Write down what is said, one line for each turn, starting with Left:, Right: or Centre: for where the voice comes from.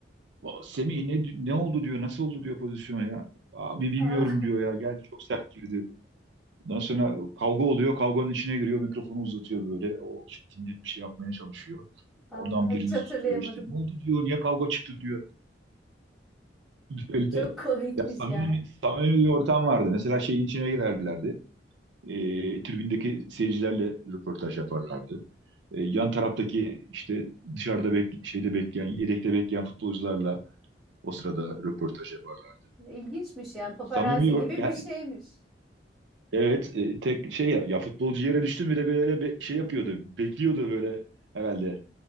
Right: "Aa, Semih ne ne oldu diyor. Nasıl oldu diyor pozisyona ya. Abi bilmiyorum
Centre: aa,
Right: diyor ya. Geldi çok sert girdi. Ondan sonra kavga oluyor. Kavganın içine giriyor. Mikrofonu uzatıyor böyle. O işte dinlet bir şey yapmaya çalışıyor.
Centre: <laughs> aa,
Right: Oradan birini
Centre: hiç hatırlayamadım.
Right: tutuyor işte. Ne oldu diyor. Niye kavga çıktı diyor. Öyle
Centre: Çok komikmiş
Right: ya samimi,
Centre: ya.
Right: samimi bir ortam vardı. Mesela şeyin içine girerlerdi. E, tribündeki seyircilerle röportaj yaparlardı. E, yan
Centre: Hmm,
Right: taraftaki işte dışarıda bek şeyde bekleyen, yedekte bekleyen futbolcularla o sırada röportaj yaparlardı.
Centre: İlginçmiş yani paparazzi
Right: Samimi bir
Centre: gibi
Right: ya,
Centre: bir şeymiş.
Right: evet e, tek şey ya, ya futbolcu yere düştü bile böyle be- şey yapıyordu. Bekliyordu böyle herhalde.